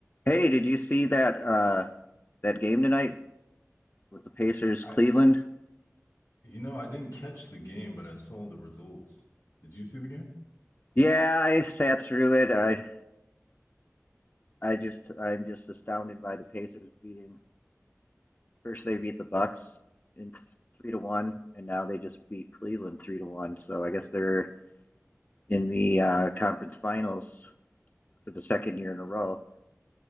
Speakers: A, on the left (about 35°); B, on the left (about 85°).
A: Hey, did you see that uh that game tonight with the Pacers
B: I,
A: Cleveland?
B: you know, I didn't catch the game, but I saw the results. Did you see the game?
A: Yeah, I sat through it. I I just I'm just astounded by the Pacers beating. First they beat the Bucks in th- three to one, and now they just beat Cleveland three to one. So I guess they're in the uh, conference finals for the second year in a row.